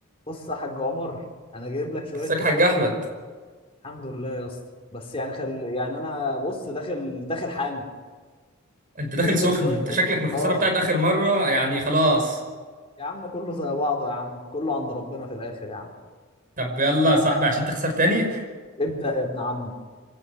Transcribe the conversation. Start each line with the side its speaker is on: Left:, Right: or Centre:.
Left: بص يا حاج عمر انا جايب لك شويه
Right: ازيك
Left: اسئله
Right: يا حاج احمد
Left: الحمد لله يا اسطى بس يعني خل يعني انا بص داخل داخل حامي
Right: انت داخل
Left: جايب
Right: سخن
Left: لك شويه
Right: انت
Left: أس...
Right: شكلك من الخساره
Left: اه
Right: بتاعت اخر مره يعني خلاص
Left: يا عم كله زي بعضه يا عم كله عند ربنا في الاخر يا عم
Right: طب يلا يا صاحبي عشان تخسر تاني
Left: ابدا يا ابن عمي